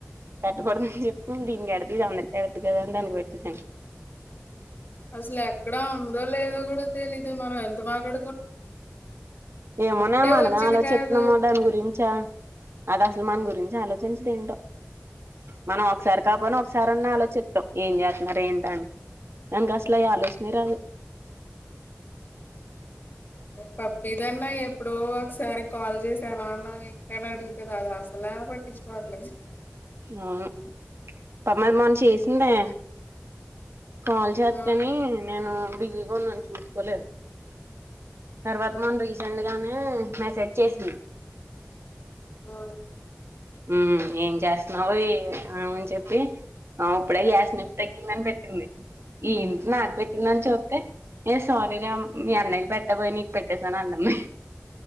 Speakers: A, on the right; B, on the left.
A: పెట్టకూడదని చెప్పి దీనికి కడితే ఇది అందరికేడద్దు కదా అని దానికి పెట్టేసాను
B: అసలు ఎక్కడా ఉందో లేదో కూడా తెలీదు మనం ఎంత మాట్డు
A: ఏమోన్నా మనే
B: వచ్చేది
A: ఆలోచిస్తున్నామో
B: కాదు
A: దాని గురించా అది అసలు మన గురించి ఆలోచించదు ఏంటో మనం ఒకసారి కాపోనా ఒకసారి అన్న ఆలోచిస్తాం ఏం చేస్తున్నారు ఏంట అని దానికసలేయా ఆలోచనే రాదు
B: పప్పిదన్న ఎప్పుడో ఒకసారి కాల్ చేస్త్ ఎలాన్న ఏంటి అని అడుగుతాది అది అసలే పట్టించుకోవట్లేదు
A: అవును పాపమ్ అది మొన్న చేసిందే కాల్ చేతేనే
B: ఆ
A: నేను బిజీ నున్నను చూసుకోలేదు తర్వాత మొన్నా రీసెంట్ గానే మెసేజ్ చేసింది
B: ఆ
A: ఉ ఏం చేస్తున్నావు ఎన్ అని చెప్పి ఆ ఇప్పుడే గ్యాస్ నింపి పెట్టిందని పెట్టింది ఏంటి నాకు పెట్టిందని చూప్తే ఏ సారీ రా మీ అన్నయ్య కి పెట్టబోయి నీకు పెట్టేశాను అంటుంది